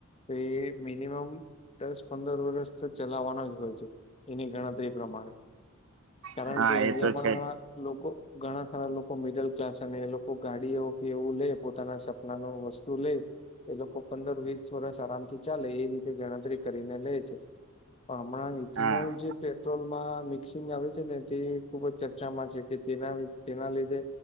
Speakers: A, on the left (about 30°); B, on the right (about 65°).
A: તો એ મિનિમમ દસ પંદર વર્ષ તો ચલાવવાનો જ હોય છે એની ગણતરી પ્રમાણે. કારણ
B: હા
A: કે ઇન્ડિયા
B: એ તો
A: માં
B: છે જ
A: લોકો ઘણા ખરા લોકો મિડલ ક્લાસ અને એ લોકો ગાડી એ કે એવું લે પોતાના સપના ન વસ્તુ લે એ લોકો પંદર વીસ વર્ષ આરામથી ચાલે એ રીતે ગણતરી કરીને લે છે. હમણાં ઇથેનોલ
B: હા
A: જે પેટ્રોલમાં મિ મિક્સિંગ આવે છે ને તે ખૂબ જ ચર્ચામાં છે કે તેના તેના લીધે